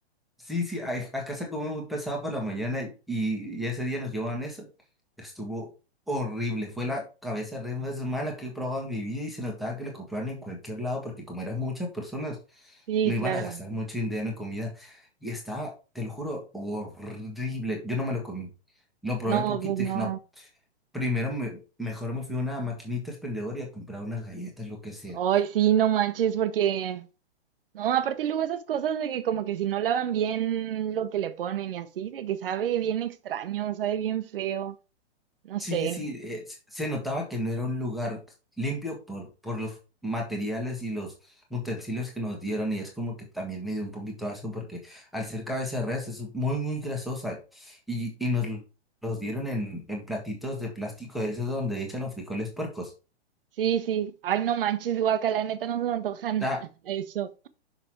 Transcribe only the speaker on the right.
Sí,
claro.
No,
pues no.
Ay, sí, no manches, porque, no, aparte luego esas cosas de que como que si no lavan bien lo que le ponen y así, de que sabe bien extraño, sabe bien feo, no
sé.
Sí, sí. Ay, no manches, guaca, la neta no se me antojan
<laughs> eso.